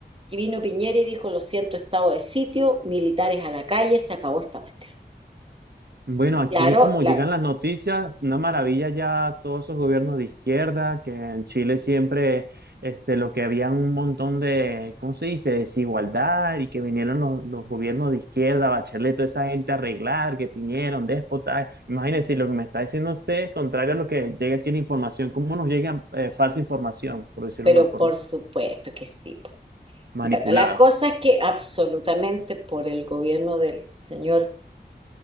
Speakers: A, on the right; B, on the right.
A: que vino Piñera y dijo, lo siento, estado de sitio, militares a la calle, se acabó esta cuestión.
B: Bueno, aquí
A: Claro,
B: como
A: la,
B: llegan las noticias, una maravilla ya todos esos gobiernos de izquierda, que en Chile siempre este, lo que había un montón de, ¿cómo se dice?, desigualdad y que vinieron los, los gobiernos de izquierda, Bachelet, toda esa gente a arreglar, que vinieron, déspotas. Imagínense lo que me está diciendo usted, contrario a lo que llega aquí en información, ¿cómo nos llega eh, falsa información, por decirlo
A: pero
B: de una forma,
A: por supuesto que sí.
B: manipulada,
A: Bueno, la cosa es que absolutamente por el gobierno del señor